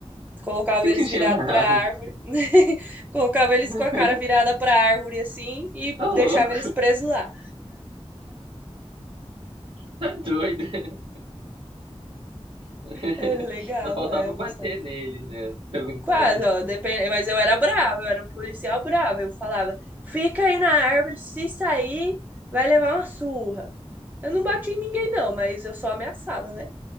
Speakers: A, on the right; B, on the right.
A: Colocava
B: Fico
A: eles
B: enchendo
A: virados
B: a
A: pra
B: água.
A: árvore. <laughs> Colocava eles
B: <laughs>
A: com a cara virada pra árvore, assim, e
B: Tá
A: deixava
B: louco,
A: eles presos lá.
B: tá doido. <laughs>
A: É legal,
B: Só faltava
A: é, eu
B: bater
A: gostava.
B: neles, né? Tá brincando.
A: Quase, ó, depende... mas eu era brava, eu era um policial bravo. Eu falava, fica aí na árvore, se sair, vai levar uma surra. Eu não bati em ninguém, não, mas eu só ameaçava, né?